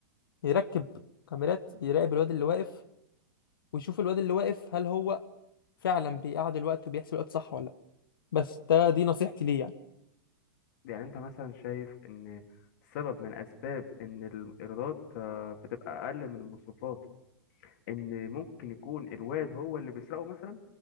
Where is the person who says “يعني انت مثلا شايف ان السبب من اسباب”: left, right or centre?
Left